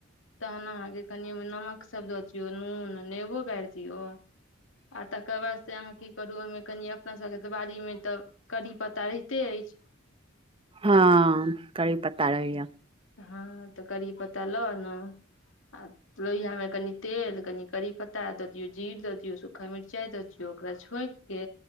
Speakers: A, on the left (about 70°); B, on the right (about 25°).
A: तेहन अहाँके कनि में नमक सभ दऽ दियौ, नून नेबो गारि दिअ। आ तकर बाद से अहाँ कि करू ओहिमे कनि अपना सभके बारी मे तऽ करीपता रहिते अछि।
B: हा कड़ीपता रहैय
A: हँ तऽ करिपता लऽ आनो आ लोहिया मे कनि तेल कनि करीपत्ता दियऔ जीर द दियऔ सूखा मिरचाई दियऔ ओकरा छोक के